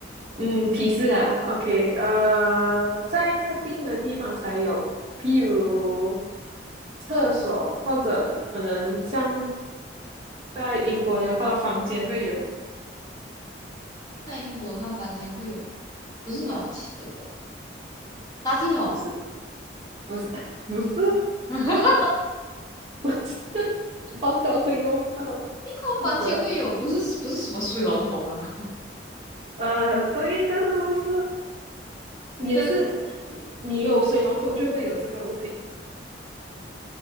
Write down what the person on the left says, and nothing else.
在英国的话，房间会有，不是暖气，呃，不，垃圾桶。
<laughs>
英
国房间会有，
不是不是什么水龙头吧？
<laughs>
跟